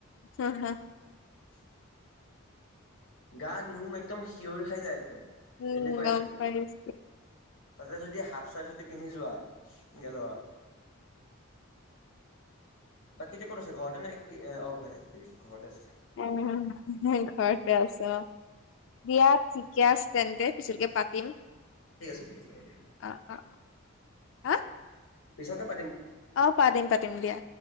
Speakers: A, on the left; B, on the left.
A: হ হু
B: <unintelligible> গা নিউম একদম হিঞৰি খাই যায় একদম
A: উম
B: এনেকুৱা এচি
A: অ
B: দিয়ে
A: পাইছ
B: তাতে যদি হাফ চাৰ্ট যদি পিন্ধি যোৱা গেল বাকী যে কোনো আছে ঘৰতে নে কি ঘৰ আ
A: অহ ঘৰতে আছে। দিয়া ঠিকেছ তেন্তে পিছতকে পাতিম
B: িক আছে হব দিয়া
A: অ অ হা
B: পিছৰ পাতিম ন পিছ
A: অ পাতিম পাতিম দিয়া।